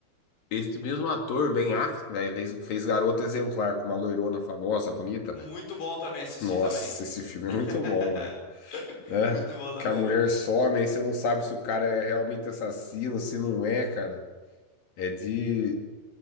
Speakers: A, on the left; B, on the left.
A: esse, mesmo ator, Ben Affleck, velho, fez, fez Garota Exemplar com uma loirona famosa, bonita,
B: Muito
A: velho.
B: bom também, assisti
A: Nossa,
B: também.
A: esse filme
B: <laughs>
A: é muito bom, velho. Né?
B: Muito bom também.
A: Que a mulher some, aí você não sabe se o cara é realmente assassino, se não é, cara. É de.